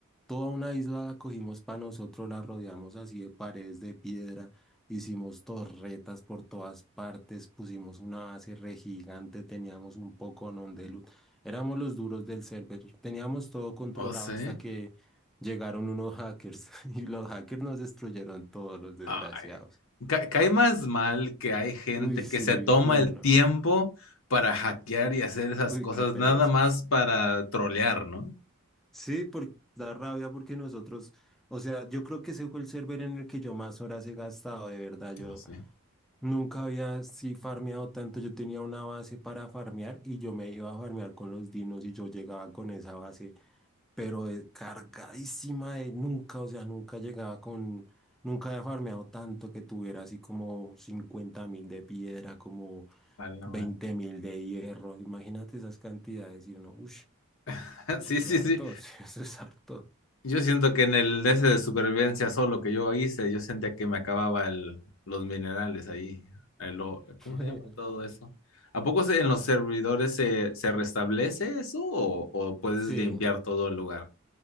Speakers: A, in the centre; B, on the left.
A: toda una isla cogimos para nosotros, la rodeamos así de paredes de piedra, hicimos torretas por todas partes, pusimos una base re gigante, teníamos un poco de luz, éramos los duros del server, teníamos todo controlado
B: Oh, sí.
A: hasta que llegaron unos hackers <laughs> y los hackers nos destruyeron todos los desgraciados.
B: Ay. Ca- cae más mal que hay gente
A: Uy, sí,
B: que se toma
A: uy,
B: el
A: no,
B: tiempo para hackear y hacer esas
A: uy,
B: cosas
A: qué pereza.
B: nada más para trolear, ¿no?
A: Sí, porque da rabia porque nosotros, o sea, yo creo que ese fue el server en el que yo más horas he gastado, de verdad. Yo
B: No sé.
A: nunca había así farmeado tanto. Yo tenía una base para farmear y yo me iba a farmear con los dinos y yo llegaba con esa base, pero eh, cargadísima de nunca, o sea, nunca llegaba con, nunca había farmeado tanto que tuviera así como cincuenta mil de piedra, como
B: A la
A: veinte
B: madre.
A: mil de hierro. Imagínate esas cantidades y uno, uff,
B: <laughs>
A: eso
B: Sí,
A: es
B: sí,
A: harto,
B: sí.
A: <laughs> eso es harto.
B: Yo siento que en el ese de supervivencia solo que yo hice, yo sentía que me acababa el, los minerales ahí. el o- ¿cómo
A: <laughs>
B: se llama todo eso? ¿A poco se- en los servidores se, se restablece eso o, o puedes
A: Sí,
B: limpiar todo el lugar?